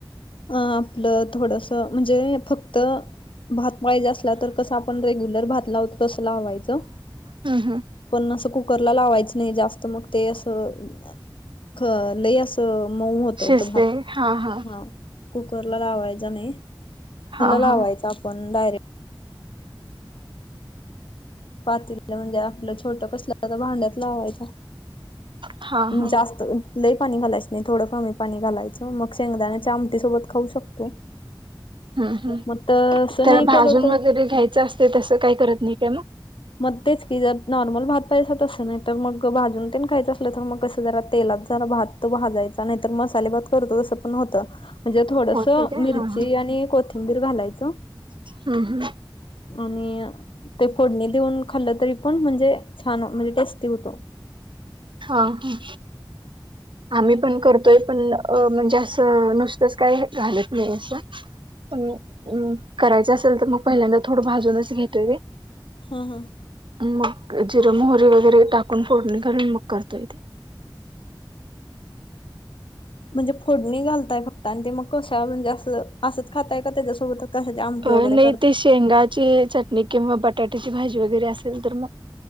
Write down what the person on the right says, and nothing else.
हम्म हम्म.
शिजते
हा हा
हा
हा
हा
हा
हम् हम्,
त्याला
भाजून
वगैरे घ्यायचं असते, तसं काही करत नाही काय मग?
होते काय
हा हा
हम्म हम्म
हां हं, आम्ही पण करतोय, पण अ म्हणजे असं नस तस, काय घालत नही अस पण करायच असल, तर मग पहिल्यांदा, थोडं भाजूनच घेतोय ते.
मंग जिर, मोहरी वगैरे टाकून, फोडणी घालून, मग करतोय तेे.
अ
नाही
ते शेंगाची चटणी किंवा बटाट्याची भाजी वगैरे असेल तर मग